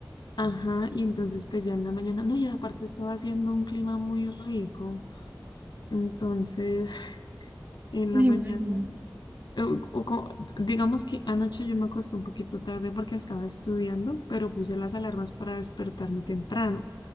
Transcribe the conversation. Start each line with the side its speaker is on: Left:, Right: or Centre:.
Left: ajá, y entonces pues ya en la mañana, no, y aparte estaba haciendo un clima muy rico, entonces <laughs> en
Right: <laughs>
Left: la
Right: Me
Left: mañana,
Right: imagino.
Left: eh, o co- digamos que anoche yo me acosté un poquito tarde porque estaba estudiando, pero puse las alarmas para despertarme temprano.